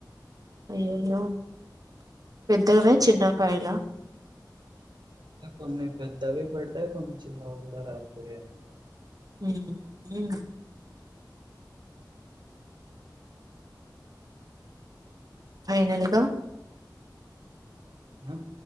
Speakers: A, on the right; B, on the right.
A: అయ్యయ్యో పెద్దవే చిన్న కాయలా
B: అంటే కొన్ని పెద్దవి పడ్డాయ్ కొన్ని చిన్నవి కూడా రాలిపోయా యండి
A: హుమ్ హుమ్ ఫైనల్గా
B: అ